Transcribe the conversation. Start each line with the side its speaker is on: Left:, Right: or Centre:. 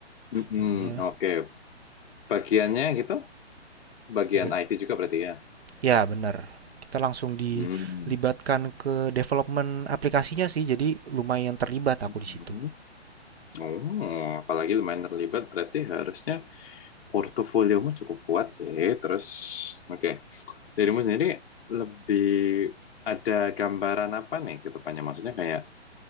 Left: Mm-mm,
Right: Jadinya
Left: oke. Bagiannya gitu? Bagian
Right: be-
Left: IT juga berarti ya?
Right: ya benar. Kita langsung dilibatkan
Left: Hmm.
Right: ke development aplikasinya sih, jadi lumayan terlibat aku
Left: Mm-mm.
Right: di situ.
Left: Oh, apalagi lumayan terlibat, berarti harusnya portofoliomu cukup kuat sih. Terus, oke, Dirimu sendiri lebih ada gambaran apa nih ke depannya? Maksudnya kayak